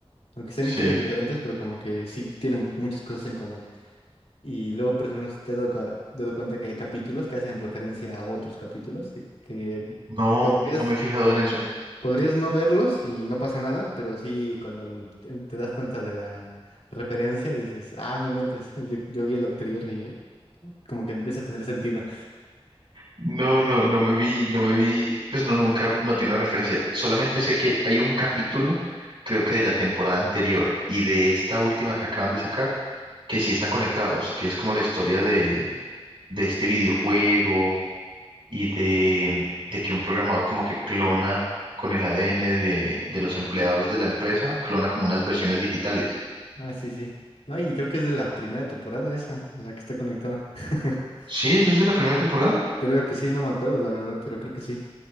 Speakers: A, on the left; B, on the right.
A: aunque sean
B: sí,
A: historias diferentes, pero como que sí tienen muchas cosas en común. Y luego, por ejemplo, si te has dado cua- dado cuenta que hay capítulos que hacen referencia a otros capítulos, sí, que
B: no,
A: podrías
B: no me he fijado en eso.
A: Podrías no verlos y no pasa nada, pero sí cuando l- te te das cuenta de la referencia dices, ah, no inventes, <laughs> yo, yo vi el anterior y como que empieza a tener sentido.
B: No, no, no me vi, no me vi, pues no, nunca, no tiene una referencia. Solamente sé que hay un capítulo, creo que de la temporada anterior y de esta última que acaban de sacar que sí están conectados, que es como la historia de, de este videojuego y de, de que un programador como que clona con el ADN de, de los empleados de la empresa, clona como unas versiones digitales.
A: Ah, sí, sí. No, y creo que es de la primera temporada esa, la que está conectada. <laughs>
B: Sí, eso es de la primera temporada.
A: Creo que sí, no me acuerdo la verdad, pero creo que sí.